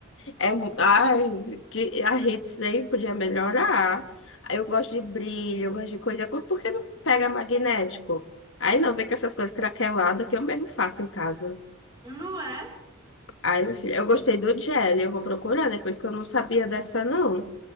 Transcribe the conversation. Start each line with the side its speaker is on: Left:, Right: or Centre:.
Left: É, mu- ai, que a rede sempre podia melhorar. Aí Eu gosto de brilho, eu gosto de coisa. Por que não pega magnético? Aí não, vem com essas coisas craqueladas que eu mesmo faço em casa.
Right: Um Não é?
Left: Ai, minha filha, eu gostei do gel, eu vou procurar depois que eu não sabia dessa, não.